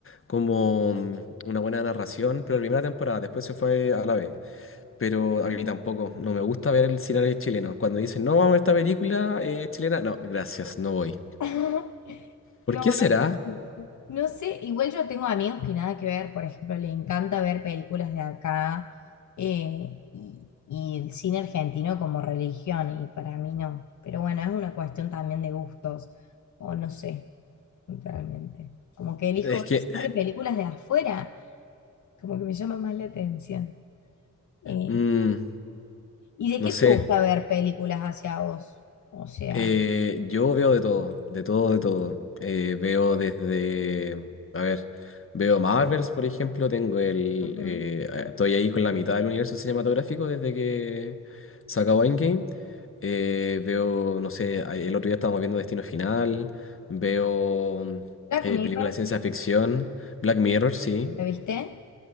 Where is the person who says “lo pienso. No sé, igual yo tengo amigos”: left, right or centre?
Left